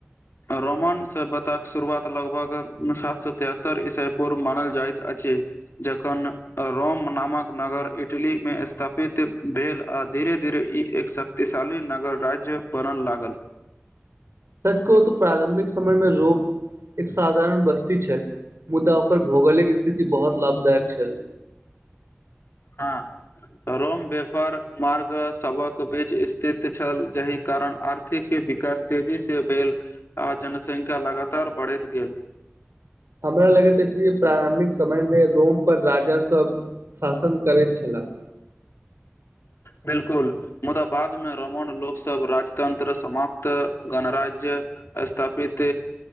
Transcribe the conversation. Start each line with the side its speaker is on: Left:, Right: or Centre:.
Left: रोमन सभ्यताक शुरुआत लगभग सात सौ तिहत्तर ईसा पूर्व मानल जाइत अछि जखन रोम नामक नगर इटली में स्थापित भेल आ धीरे धीरे ई एक शक्तिशाली नगर राज्य बनल लागल
Right: सच कहुं त प्रारम्भिक समय मे रोग एक साधारण बस्ती छल मुदा ओकर भौगोलिक स्थिति बहुत लाभदायक छल
Left: हा रोम वेफर मार्ग सभक बीच स्थित छल जहि कारण आर के विकास तेजी से भेल आ जनसंख्या लगातार बढ़ैत गेल
Right: हमरा लगैत अछि जे प्रारम्भिक समय मे रोम पर राजा सब शासन करैत छलह
Left: बिल्कुल मुदा बाद में रोहन लोक सभ राजतंत्र समाप्त गणराज्य स्थापित